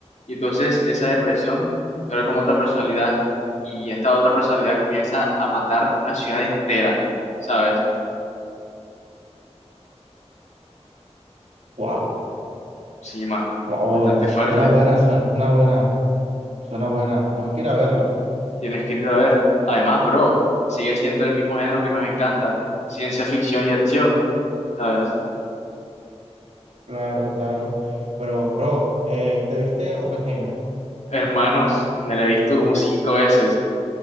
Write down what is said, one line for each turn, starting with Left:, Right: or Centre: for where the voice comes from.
Left: Y entonces esa depresión se ve como otra personalidad y esta otra personalidad comienza a matar una ciudad entera, ¿sabes?
Right: wow,
Left: Sí, man,
Right: wow, wow.
Left: bastante fuerte.
Right: Suena buena, suena buena, suena buena. Tengo que ir a verla.
Left: Tienes que irte a ver. Además, bro, sigue siendo el mismo género que nos encanta, ciencia ficción y acción, ¿sabes?
Right: Claro, claro. Pero, bro, eh, ¿te viste Oppenheimer?
Left: Hermanos, me la he visto como cinco veces.